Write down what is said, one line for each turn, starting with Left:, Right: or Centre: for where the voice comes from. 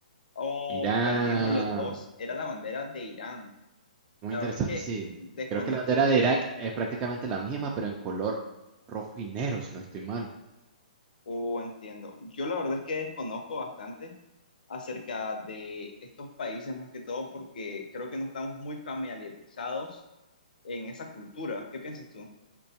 Left: O
Right: Irán.
Left: perdimos los dos, era la bandera de Irán.
Right: Muy
Left: La
Right: interesante,
Left: verdad es que
Right: sí.
Left: desconozco
Right: Creo que la bandera
Left: mucho
Right: de Irak es prácticamente la misma, pero en color rojo y negro, si no estoy mal.
Left: Oh, entiendo. Yo la verdad es que desconozco bastante acerca de estos países, más que todo porque creo que no estamos muy familiarizados en esa cultura. ¿Qué piensas tú?